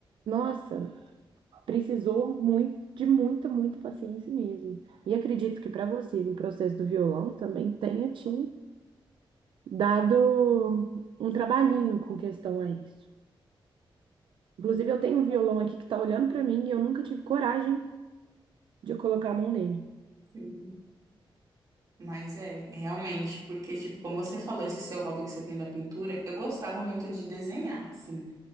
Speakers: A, on the right; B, on the right.
A: Nossa, precisou muito, de muita, muita paciência mesmo. E acredito que para você, no processo do violão, também tenha te dado um trabalhinho com questão a isso. Inclusive, eu tenho um violão aqui que está olhando para mim e eu nunca tive coragem de colocar a mão nele.
B: Sim. Mas é, realmente, porque, tipo, como você falou, esse seu hobby que você tem da pintura, eu gostava muito de desenhar, sim.